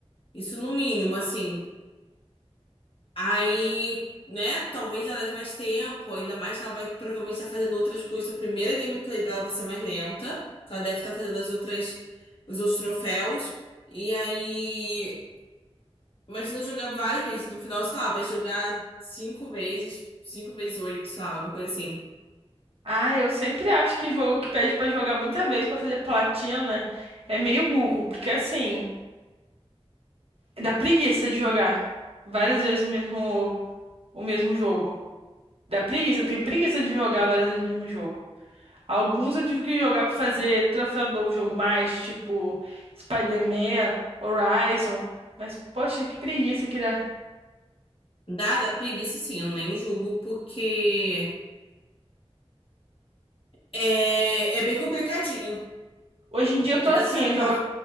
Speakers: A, on the left; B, on the right.
A: Isso no mínimo, assim. Aí, né, talvez ela leve mais tempo, ainda mais que ela vai provavelmente estar fazendo outras coisas. A primeira gameplay dela vai ser mais lenta, porque ela deve estar fazendo as outras, os outros troféus. E aí, imagina eu jogar várias vezes. No final, sei lá, vai jogar cinco vezes, cinco vezes oito, sei lá, alguma coisa assim.
B: Ah, eu sempre acho que jogo que pede pra jogar muita vez pra fazer platina é meio burro, porque assim, dá preguiça de jogar várias vezes o mesmo o mesmo jogo. Dá preguiça, eu tenho preguiça de jogar várias vezes o mesmo jogo. Alguns eu tive que jogar pra fazer troféu do jogo mais, tipo Spider-Man, Horizon, mas poxa, que preguiça que dá.
A: Dada a preguiça, sim, eu nem julgo, porque é, é bem complicadinho.
B: Hoje em dia eu tô
A: É
B: assim,
A: da trabalho.
B: eu jogo,